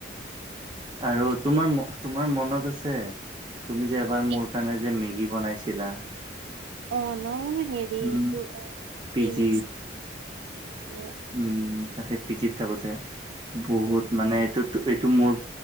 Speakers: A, on the right; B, on the right.
A: আৰু
B: তাকে
A: তোমাৰ, তোমাৰ মনত আছে তুমি যে এবাৰ
B: কি
A: মোৰ কাৰণে যে মেগী বনাইছিলা।
B: অ' ন' হেৰি
A: উম
B: দু অ
A: পি
B: দিন
A: জিত
B: <unintelligible>
A: উম তাকে পিজিত থাকোতে বহুত
B: উম।
A: মানে এইটো মোৰ